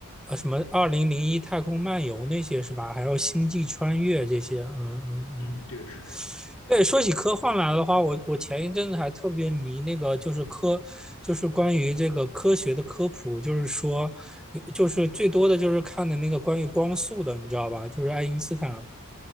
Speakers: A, in the centre; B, on the left.
A: 呃什么二零零一太空漫游那些是吧？还有星际穿越这些，嗯嗯嗯。
B: 嗯，对，是这样。
A: 对，说起科幻来的话，我我前一阵子还特别迷那个，就是科，就是关于这个科学的科普，就是说，就是最多的就是看的那个关于光速的，你知道吧？就是爱因斯坦，